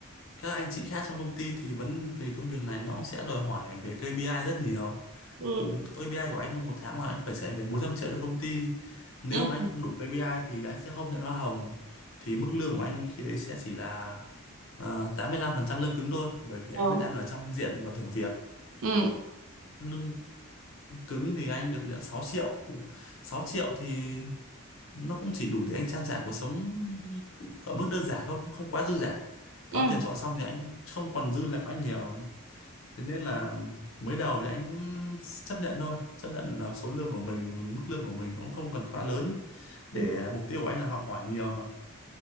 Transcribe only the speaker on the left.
các anh chị khác trong công ty thì vẫn vì công việc này nó cũng sẽ đòi hỏi về KPI rất nhiều.
Ừ, KPI của anh một tháng là anh phải chạy về 400 triệu cho công ty. Nếu
mà anh không đủ KPI thì anh sẽ không nhận hoa hồng. Thì mức lương của anh khi đấy sẽ chỉ là ờ, 85% lương cứng thôi bởi vì anh
vẫn đang ở trong diện và thử việc.
Lương cứng thì anh được nhận 6 triệu. sáu triệu thì nó cũng chỉ đủ để anh trang trải cuộc sống ở mức đơn giản thôi cũng không quá dư giả đóng
tiền trọ xong thì anh không còn dư là quá nhiều thế nên là mới đầu thì anh cũng chấp nhận thôi chấp nhận là số lương của mình mức lương của mình nó cũng không cần quá lớn để
mục tiêu của anh là học hỏi nhiều mà